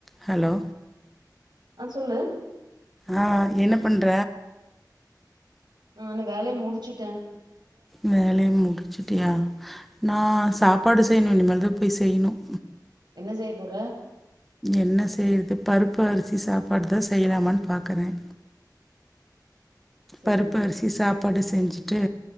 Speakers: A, in the centre; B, on the right.
A: Hello
B: ஆ சொல்லு
A: ஆ என்ன பண்ற
B: ஆனா வேலைய முடிச்சுட்டேன்
A: வேலைய முடுச்சுட்டியா நான் சாப்பாடு செய்யணும் இனிமேல் தா போய் செய்யணும்
B: என்ன செய்ய போற
A: என்ன செய்யறது பருப்பு அரிசி சாப்பாடுதா செய்யலாமான்னு பாக்குறேன்
B: சரி
A: பருப்பு
B: சரி
A: அரிசி சாப்பாடு செஞ்சு விட்டு